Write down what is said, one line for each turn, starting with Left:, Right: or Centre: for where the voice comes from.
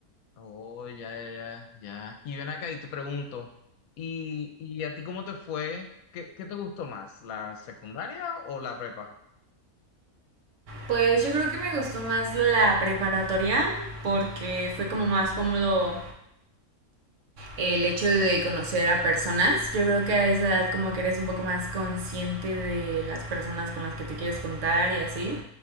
Left: Oh, ya, ya, ya, ya. Y ven acá y te pregunto, ¿y, y a ti cómo te fue? ¿Qué, qué te gustó más, la secundaria o la prepa?
Right: Pues yo creo que me gustó más la preparatoria porque fue como más cómodo el hecho de conocer a personas. Yo creo que a esa edad como que eres un poco más consciente de las personas con las que te quieres juntar y así.